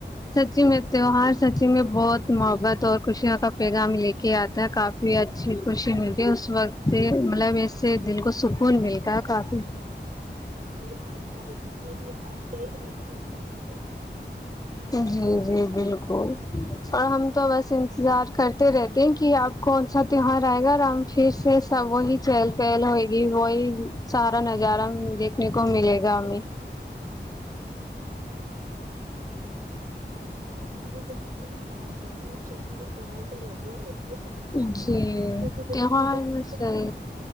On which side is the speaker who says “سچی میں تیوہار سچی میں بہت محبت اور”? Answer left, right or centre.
Left